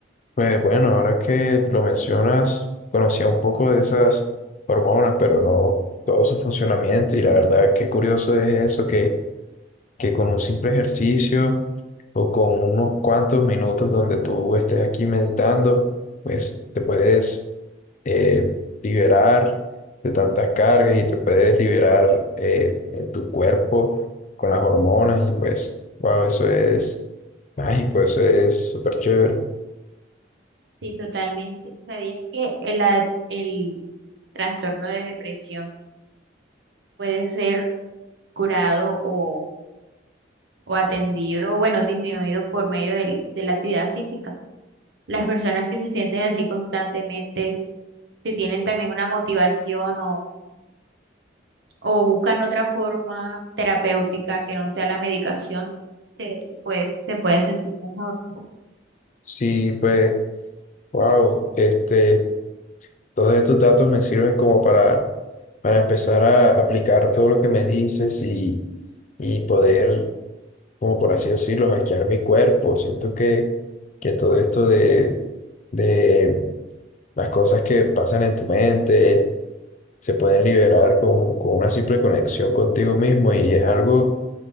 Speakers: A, on the left; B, on the right.
A: Pues bueno, ahora que lo mencionas, conocía un poco de esas hormonas, pero no todo su funcionamiento. Y la verdad, qué curioso es eso, que, que con un simple ejercicio o con unos cuantos minutos donde tú estés aquí meditando, pues te puedes eh, liberar de tantas cargas y te puedes liberar eh, en tu cuerpo con las hormonas. Y pues, wow, eso es mágico, eso es súper chévere.
B: Sí, totalmente. ¿Sabías que el, a- el trastorno de depresión puede ser curado o, o atendido, bueno, disminuido por medio del- de la actividad física? Las personas que se sienten así constantemente, s- si tienen también una motivación o, o buscan otra forma terapéutica que no sea la medicación, se, pues, se pueden sentir mejor.
A: Sí, pues. Wow, este, todos estos datos me sirven como para, para empezar a aplicar todo lo que me dices y, y poder, como por así decirlo, hackear mi cuerpo. Siento que, que todo esto de, de las cosas que pasan en tu mente se pueden liberar con, con una simple conexión contigo mismo y es algo